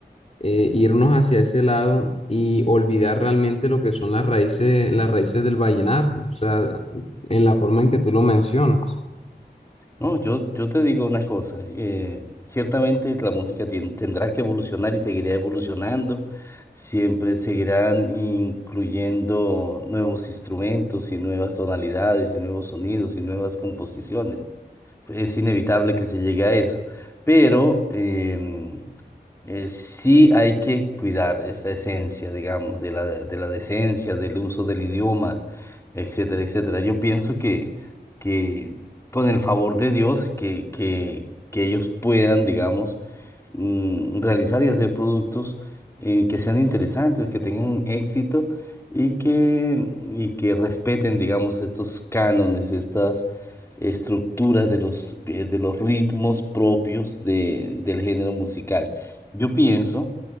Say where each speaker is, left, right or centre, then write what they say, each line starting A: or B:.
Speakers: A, on the left; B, on the left.
A: eh, irnos hacia ese lado y olvidar realmente lo que son las raíces, las raíces del vallenato, o sea, en la forma en que tú lo mencionas.
B: No, yo, yo te digo una cosa, eh, ciertamente la música tien- tendrá que evolucionar y seguirá evolucionando, siempre seguirán incluyendo nuevos instrumentos y nuevas tonalidades y nuevos sonidos y nuevas composiciones. es inevitable que se llegue a eso. Pero em, eh, sí hay que cuidar esa esencia, digamos, de la, de la decencia, del uso del idioma, etcétera, etcétera. Yo pienso que, que con el favor de Dios, que, que, que ellos puedan, digamos, mm, realizar y hacer productos eh, que sean interesantes, que tengan éxito y que, y que respeten, digamos, estos cánones, estas estructuras de los, eh, de los ritmos propios de- del género musical. Yo pienso